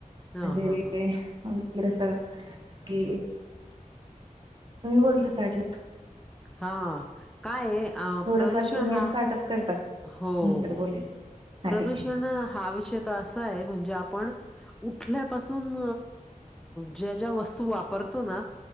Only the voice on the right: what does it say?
म्हणजे.
<unintelligible> कि, तुम्ही बोलता की
थोडंफार
तुम्ही
स्टार्टअप करता
का? नंतर
बोले हा
ठीक आहे